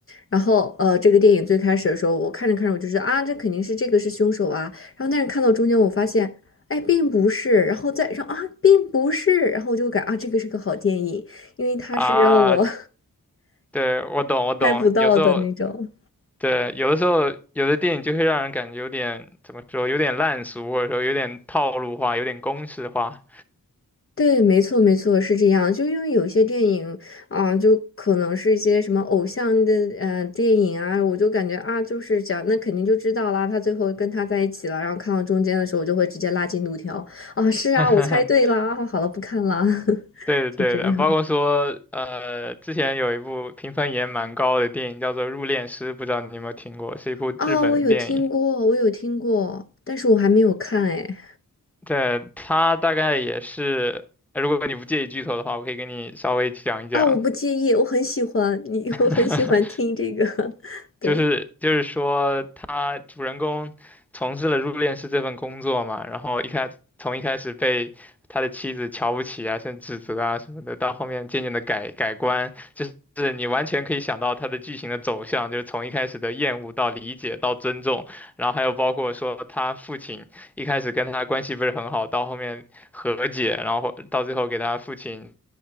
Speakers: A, on the left (about 40°); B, in the centre.
A: 然后呃，这个电影最开始的时候，我看着看着，我就是啊，这肯定是这个是凶手啊。然后但是看到中间，我发现，哎，并不是。然后再让啊，并不是。然后我就感啊，这个是个好电影，因为它是让我
B: <laughs> 啊，对，我懂，
A: <laughs>
B: 我懂。
A: 拍不到的那种。
B: 有时候对，有的时候有的电影就会让人感觉有点怎么说，有点烂俗，或者说有点套路化，有点公式化。
A: 对，没错，没错，是这样。就因为有些电影啊，就可能是一些什么偶像的呃电影啊，我就感觉啊，就是讲那肯定就知道啦，他最后跟他在一起了。然后看到中间的时候，我就会直接拉进度条啊，是啊，
B: <laughs>
A: 我猜对啦，啊好了，不看啦，<laughs>
B: 对的，
A: 就这样
B: 对的，包括说，呃，之前有一部评分也蛮高的电影叫做《入殓师》，不知道你有没有听过，是一部日本的电影。
A: 啊。我有听过，我有听过，但是我还没有看哎。
B: 对，它大概也是，呃如果你不介意剧透的话，我可以给你稍微讲一讲。
A: 啊，我不介意，我很喜欢你，
B: <laughs>
A: <laughs> 我很喜欢听这个，<laughs> 对，
B: 就是就是说，他主人公从事了入殓师这份工作嘛，然后一开从一开始被他的妻子瞧不起啊，甚至指责啊什么的，到后面渐渐的改改观，就是是你完全可以想到他的剧情的走向，就是从一开始的厌恶到理解到尊重，然后还有包括说他父亲一开始跟他关系不是很好，到后面和解，然后到最后给他父亲